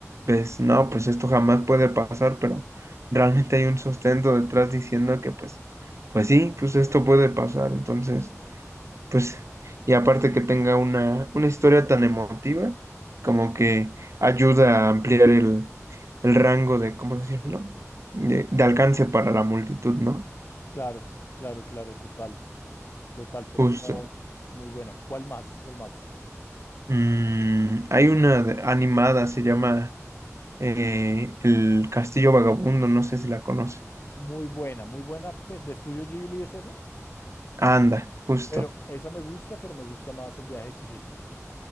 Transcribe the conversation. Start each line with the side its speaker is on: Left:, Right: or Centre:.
Right: ves, no, pues esto jamás puede pasar, pero realmente hay un sustento detrás diciendo que pues, pues sí, pues esto puede pasar. Entonces, pues, y aparte que tenga una, una historia tan emotiva, como que ayuda a ampliar el, el rango de, ¿cómo decirlo? De, de alcance para la multitud, ¿no?
Left: Claro, claro, claro, total, total, por
Right: Justo.
Left: ese lado, muy buena. ¿Cuál más? ¿Cuál más?
Right: Mm, hay una de- animada, se llama eh, el Castillo Vagabundo, no sé si la conoces.
Left: Muy buena, muy buena. pe- De Estudio Ghibli es esa,
Right: Anda, justo.
Left: pero esa me gusta, pero me gusta más el viaje de Chihiro.